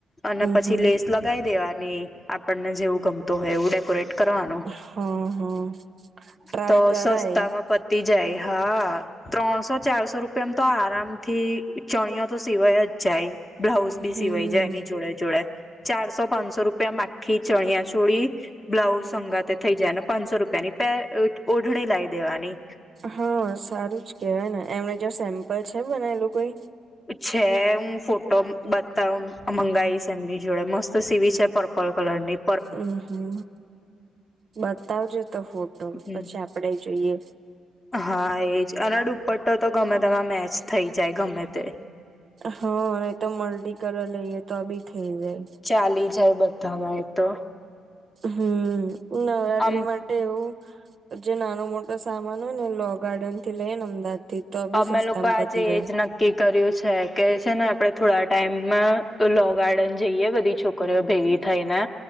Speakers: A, on the left (about 25°); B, on the right (about 50°).
A: અને પછી
B: હમ
A: લેસ લગાય દેવાની આપણને જેવું ગમતું હોય એવું ડેકોરેટ કરવાનું
B: હા હા ટ્રાય
A: તો
B: કરાય
A: સસ્તામાં પતી જાય હા ત્રણસો ચારસો રૂપિયામ તો આરામ થી ચણિયા તો સિવાય જ જાય બ્લાઉઝ બી
B: હમ
A: સિવાઈ જાય એની જોડે જોડે. ચારસો પાંચસો રૂપિયા મા આખી ચણિયા ચોળી બ્લાઉઝ સંગાતે થઈ જાય ને પાંચસો રૂપિયાની પે ઓઢણી લાય દેવાની
B: હા સારું જ કેવાય ને એમને જોડે સેમ્પલ છે બનાયલું કઈ
A: છે હું ફોટો બતા મંગાઈશ એમની જોડે મસ્ત સીવી છે પર્પલ કલર ની
B: હમ હમ બતાવજે તો ફોટો
A: હમ
B: પછી આપ ડે જઈએ
A: હા એજ અને દુપટ્ટો તો ગમે તેમાં મેચ થઈ જાય ગમે તે
B: હા નય તો મલ્ટી કલર લઈએ તો આ બી થઇ જાય.
A: ચાલી જાય બધામાં એક તો
B: હમ નવરાત્રી
A: આમ
B: માટે એવું જે નાનો મોટો સામાન હોય ને લો ગાર્ડન થી લઈને અમદાવાદ થી તો બી
A: અમે
B: સસ્તામાં
A: લોકો આજે
B: પતી જાય
A: એજ નક્કી કર્યું છે કે છે ને આપડે થોડાક ટાઈમમાં લો ગાર્ડન જઈએ બધી છોકરીઓ ભેગી થઈને